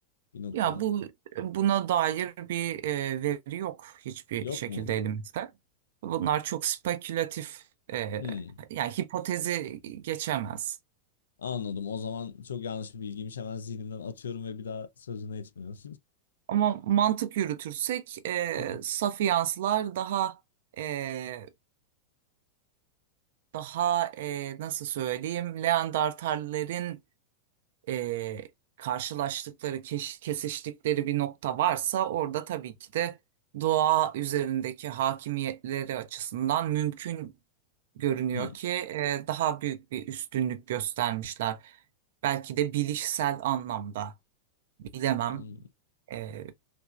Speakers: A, on the left (about 65°); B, on the right (about 55°).
A: bir noktada?
B: Ya bu buna dair bir e, veri yok hiçbir
A: Yok
B: şekilde
A: mu?
B: elimizde. Bunlar çok spekülatif e,
A: Hmm,
B: yani hipotezi geçemez.
A: anladım. O zaman çok yanlış bir bilgiymiş. Hemen zihnimden atıyorum ve bir daha sözüne etmiyorum.
B: Ama mantık yürütürsek e,
A: <laughs>
B: saf daha e, daha e, nasıl söyleyeyim Leandertallerin e, karşılaştıkları keş- kesiştikleri bir nokta varsa orada tabii ki de doğa üzerindeki hakimiyetleri açısından mümkün görünüyor
A: Hmm,
B: ki e, daha büyük bir üstünlük göstermişler. Belki de bilişsel anlamda bilemem.
A: anladım.
B: Ee,